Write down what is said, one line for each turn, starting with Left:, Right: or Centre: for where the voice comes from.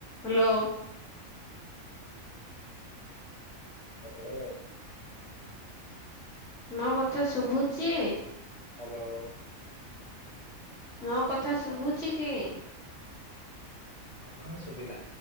Centre: Hello.
Left: Hello
Centre: ମୋ କଥା ଶୁଭୁଛି?
Left: ହ୍ୟାଲୋ।
Centre: ମୋ କଥା ଶୁଭୁଛି କି?
Left: ହଁ ଶୁଭିଲା,